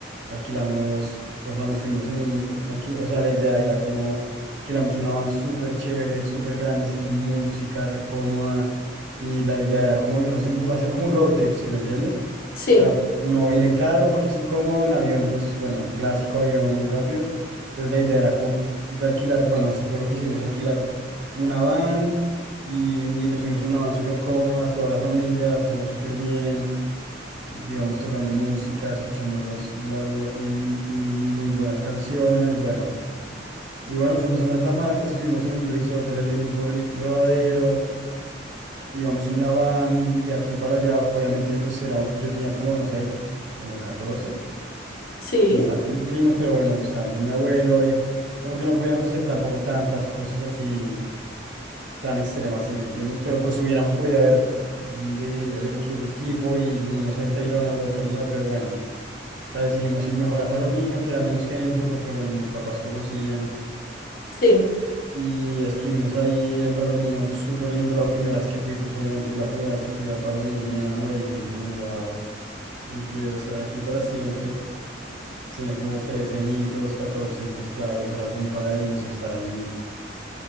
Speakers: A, on the right; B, on the left.
A: Alquilamos, o sea, nos fuimos en un alqui- o sea, la idea era como alquilamos una van súper chévere, súper grande, así con música, re cómoda. Y la idea era como irnos en, bu- hacer como un road trip, ¿sí me entiendes?
B: sí,
A: O sea, no ir en carro porque es incómodo, en avión, pues bueno, clásico avión, muy rápido. Entonces la idea era como de alquilar, bueno, eso fue lo que hicimos, alquilar una van y, y nos fuimos en una van súper cómoda, toda la familia, la pasamos súper bien digamos, tocando música, escuchando los, la- lo- mm, mm, muy buenas canciones, bueno. Y bueno, fuimos a Santa Marta, estuvimos en un resort re lindo por el Rodadero, íbamos en la van, y de aquí para allá, obviamente, pues era, un- yo tenía como, no sé, como 14
B: sí,
A: y estaba con mis primos, pero bueno, estábamos mi abuelo, y como que no podíamos hacer tampoco tantas cosas así tan extremas, si me entiendes? Pero pues hubiéramos podido haber dividido el, equi- el equipo y unos en Tayrona u otros no, pero bueno. O sea, decidimos ir mejor a Palomino, que era menos gente, porque bueno, mis papás conocían.
B: sí.
A: Y estuvimos ahí en Palomino, súper lindo la primera vez que fui, pues obviamente la primera vez que fui al Palomino me enamoré, yo dije como, wow, yo quiero estar aquí para siempre. Pues tenía como 13 añitos, 14 entonces claro, ese era como un paraíso estar ahí.